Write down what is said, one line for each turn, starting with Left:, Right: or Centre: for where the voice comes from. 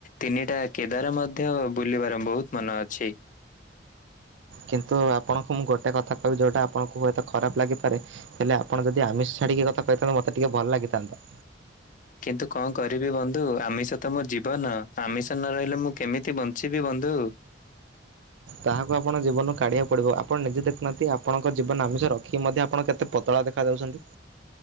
Left: ତିନିଟା କେଦାର ମଧ୍ୟ ବୁଲିବାର ବହୁତ ମନ ଅଛି।
Right: କିନ୍ତୁ ଆପଣଙ୍କୁ ମୁଁ ଗୋଟେ କଥା କହିବି ଯଉଁଟା ଆପଣଙ୍କୁ ହୁଏତ ଖରାପ ଲାଗିପାରେ? ହେଲେ ଆପଣ ଯଦି ଆମିଷ ଛାଡ଼ିକି କଥା କହିଥାନ୍ତେ ମୋତେ ଟିକେ ଭଲ ଲାଗିଥାନ୍ତା।
Left: କିନ୍ତୁ କଣ କରିବି ବନ୍ଧୁ ଆମିଷ ତ ମୋ ଜୀବନ ଆମିଷ ନ ରହିଲେ ମୁଁ କେମିତି ବଞ୍ଚିବି ବନ୍ଧୁ।
Right: ତାହାକୁ ଆପଣ ଜୀବନରୁ କାଢିବାକୁ ପଡିବ ଆପଣ ନିଜେ ଦେଖୁନାହାନ୍ତି। ଆପଣଙ୍କ ଜୀବନ ଆମିଷ ରଖିକି ମଧ୍ୟ ଆପଣ କେତେ ପତଳା ଦେଖା ଯାଉଛନ୍ତି।